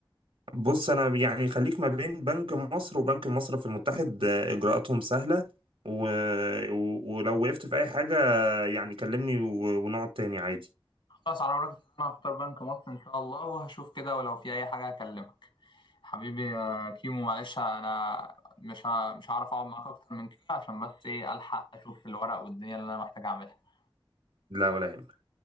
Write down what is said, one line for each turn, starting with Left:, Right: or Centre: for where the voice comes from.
Right: بص انا يعني خليك ما بين بنك مصر وبنك المصرف المتحد آه، اجراءاتهم سهله و... و... ولو وقفت في اي حاجه آه، يعني كلمني و... ونقعد تاني عادي
Left: خلاص على وراك إن انا هختار بنك مصر ان شاء الله وهشوف كده ولو في اي حاجه هكلمك حبيبي يا كيمو معلش انا مش ه- مش هعرف اقعد معاك اكتر من كده عشان بس ايه الحق اشوف الورق والدنيا اللي انا محتاج اعملها
Right: لا ولا يهمك